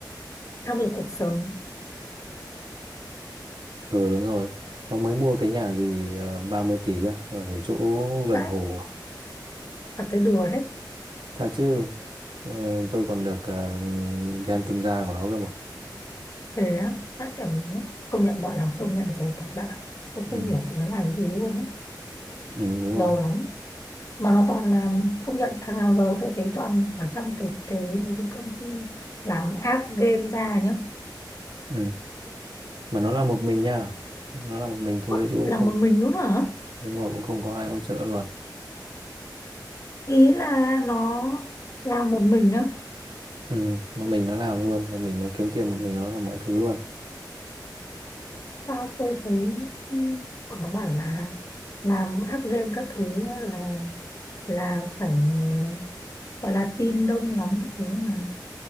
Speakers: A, on the left; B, on the right.
A: áp lực cuộc sống
B: Ừ đúng rồi Nó mới mua cái nhà gì ờ, 30 tỷ á, Ở chỗ gần
A: vãi
B: hồ à?
A: cảm thấy đùa đấy
B: Thật chứ ờ, tôi còn được ờ, gan tuân gia của nó cơ mà
A: thế á vãi cảm công nhận bọn làm công nghệ giàu thật bạn ạ tôi không
B: ừ.
A: hiểu bọn nó làm gì luôn á
B: ừ đúng
A: giàu
B: rồi
A: lắm mà nó toàn là công nhận thằng nào giàu tôi thấy toàn ở trong cái cái mấy cái công ty làm app game ra nhá
B: ừ. Mà nó là một mình nha Nó là một mình thôi
A: What?
B: chứ cũng
A: là
B: không
A: một mình đúng không hả
B: Đúng rồi cũng không có ai hỗ trợ luôn
A: ý là nó làm một mình á
B: ừ. Một mình nó làm luôn Một mình nó kiếm tiền Một mình nó làm mọi thứ luôn
A: sao tôi thấy ừ, bọn nó bảo là làm app game các thứ á là là phải ờ, gọi là team đông lắm các thứ mà